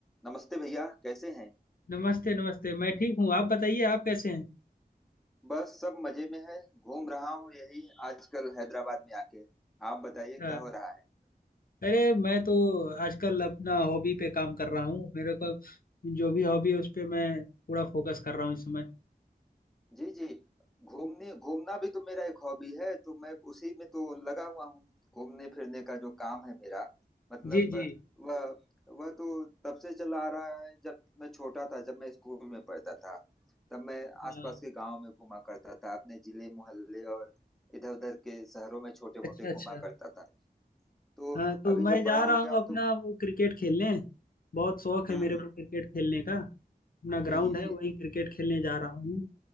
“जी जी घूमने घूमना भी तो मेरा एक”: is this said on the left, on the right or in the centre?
Centre